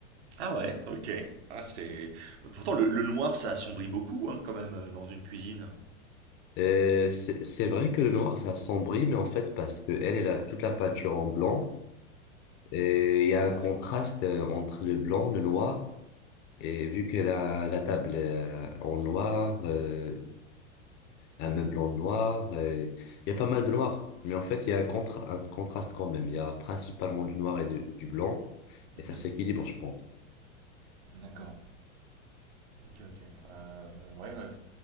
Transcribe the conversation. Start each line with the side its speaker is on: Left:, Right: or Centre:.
Right: Ah ouais, ok. Ah, c'est... Pourtant, le, le noir, ça assombrit beaucoup, hein, quand même, euh, dans une cuisine.
Left: Euh, c'est c'est vrai que le noir, ça assombrit, mais en fait, parce que elle, elle a toute la peinture en blanc, et il y a
Right: Ouais.
Left: un contraste euh, entre le blanc, le noir, Et vu que la, la table euh, en noir, euh, un meuble en noir, euh, il y a pas mal de noir. Mais en fait, il y a un, contra- un contraste quand même. Il y a principalement du noir et de- du blanc.
Right: Mhm.
Left: Et ça s'équilibre, je pense.
Right: D'accord. Ok, ok. Euh, ouais, ouais.